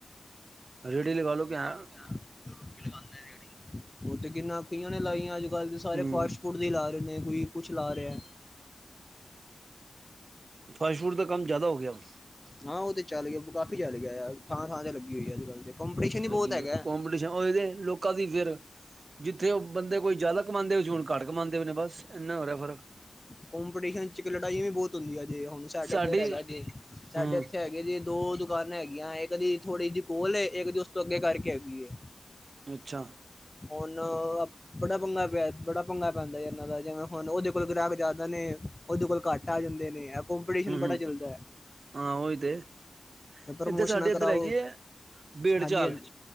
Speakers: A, on the right (about 65°); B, on the left (about 15°).
A: ਰੇੜੀ ਲਗਾ ਲੋ‌ ਕਿਹਾ
B: ਲੋਕੀ ਲੈਂਦੇ ਅ ਰੇੜੀਅ ਉਥੇ ਕਿੰਨਾ ਅਆਂ ਨੇ ਲਾਈਆਂ ਅੱਜ ਕੱਲ ਤੇ ਸਾਰੇ
A: ਹੂੰ
B: ਫਾਸਟ ਫੂ ਲਾ ਰਹੇ ਨੇ ਕੋਈ ਕੁਛ ਲਾ ਰਿਹਾ
A: ਫਰਾਈ ਫੂਡ ਦਾ ਕੰਮ ਜ਼ਿਆਦਾ ਹੋ ਗਿਆੁਣ
B: ਹਾਂ ਉਹ ਤੇ ਚੱਲ ਗਿਆ ਕਾਫੀ ਚੱਲ ਗਿਆ ਥਾਂ ਥਾਂ ਤੇ ਲੱਗੀ ਹੋਈ ਆ ਅੱਜ ਕੱਲ੍ਹ ਤੇ ਕੰਪੀਟੀਸ਼ਨ ਵੀ ਬਹੁਤ
A: ਕੰਪੀਟੀਸ਼ਨ
B: ਹੈਗਾ
A: ਹੋਏ ਲੋਕਾਂ ਦੀ ਫਿਰ ਜਿੱਥੇ ਉਹ ਬੰਦੇ ਕੋਈ ਜ਼ਿਆਦਾ ਕਮਾਂਦੇ ਹੁਣ ਘੱਟ ਕਮਾਉਂਦੇ ਹੋ ਬਸ ਐਨਾ ਹੋਰ ਹੈ ਫਰਕ
B: ਕੋਂਪੀਟੀਸ਼ਨ ਚ ਲੜਾਈਆਂ ਵੀ ਬਹੁਤ ਹੁੰਦੀਆਂ ਜੇ ਹੁਣ ਸਾਡੇ
A: ਸਾਡੀ
B: ਇੱਧਰ ਹੈਗਾ ਜੇ ਸਾਡੇ
A: ਹੂੰ
B: ਇੱਥੇ ਹੈ ਤੇ ਦੋ ਦੁਕਾਨਾਂ ਹੈਗੀਆਂ ਇੱਕਦੀ ਥੋੜੀ ਜਿਹੀ ਕੋਲ ਇੱਕ ਦੀ ਉਸ ਤੋਂ ਅੱਗੇ ਕਰਕੇ ਹੈਗੀ ਏ
A: ਅੱਛਾ
B: ਹੁਣ ਬੜਾ ਪੰਗਾ ਪਿਆ ਬੜਾ ਪੰਗਾ ਪੈਂਦਾ ਹੈ ਇਹਨਾਂ ਦਾ ਜਿਵੇਂ ਹੁਣ ਉਹਦੇ ਕੋਲ ਗ੍ਰਾਹਕ ਜ਼ਿਆਦਾ ਨੇ ਓਦੇ ਕੋਲ ਘੱਟ ਆ ਜਾਂਦੇ ਨੇਇਹ ਕੰਪਿਟੀਸ਼ਨ ਬੜਾ
A: ਹੂੰ
B: ਚਲਦਾ ਏ
A: ਹਾਂ ਉਹੀ ਤੇ
B: ਏਦਰ ਪ੍ਰਮੋਸ਼ਨਾਂ
A: ਇੱਧਰ ਸਾਡੇ
B: ਕਰਾਓ
A: ਇੱਧਰ ਹੈਗੀ ਹੈ ਬੇੜ
B: ਹਾਂਜੀ
A: ਚਾਲ
B: ਹਾਂਜੀ